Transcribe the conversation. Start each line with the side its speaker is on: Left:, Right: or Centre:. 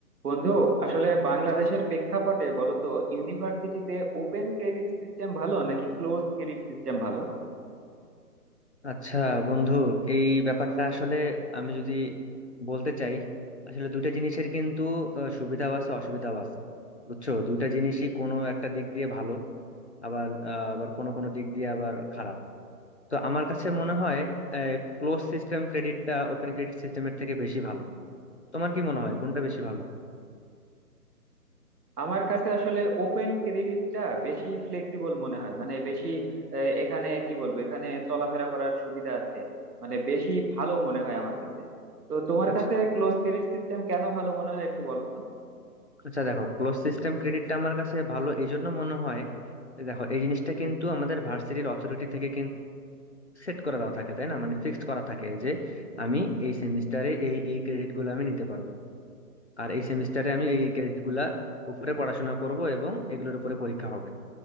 Right: বন্ধু আসলে বাংলাদেশের প্রেক্ষাপটে বলতো ইউনিভার্সিটিতে ওপেন ক্রেডিট সিস্টেম ভালো নাকি ক্লোজ ক্রেডিট সিস্টেম ভালো
Left: আচ্ছা বন্ধু এই ব্যাপারটা আসলে আমি যদি বলতে চাই আসলে দুইটা জিনিসের কিন্তু আহ, সুবিধাও আছে অসুবিধাও আছে বুঝছো দুইটা জিনিসই কোনো একটা দিক দিয়ে ভালো আবার আহ, আবার কোনো কোনো দিক দিয়ে আবার খারাপ তো আমার কাছে মনে হয় ক্লোজ সিস্টেম ক্রেডিটটা ওপেন ক্রেডিট সিস্টেমের থেকে বেশি ভালো তোমার কি মনে হয় কোনটা বেশি ভালো
Right: আমার কাছে আসলে ওপেন ক্রেডিটটা বেশি ফ্লেক্সিবল মনে হয় মানে বেশি আহ, এখানে কি বলবো এখানে চলাফেরা করার সুবিধা আছে মানে বেশি ভালো মনে হয় আমার কাছে তো তোমার
Left: আচ্ছা
Right: কাছে ক্লোজ ক্রেডিট সিস্টেম কেন ভালো মনে হয় একটু বলো তো
Left: আচ্ছা দেখো ক্লোজ সিস্টেম ক্রেডিটটা আমার কাছে ভালো এই জন্য মনে হয় দেখো এই জিনিসটা কিন্তু আমাদের ভার্সিটির অথরিটি থেকে সেট করে দেওয়া থাকে তাই না মানে ফিক্সড করা থাকে যে আমি এই সেমিস্টারে এই এই ক্রেডিট গুলো আমি নিতে পারবো আর এই সেমিস্টারে আমি এই এই ক্রেডিট গুলা উপরে পড়াশোনা করব এবং এগুলোর উপরে পরীক্ষা হবে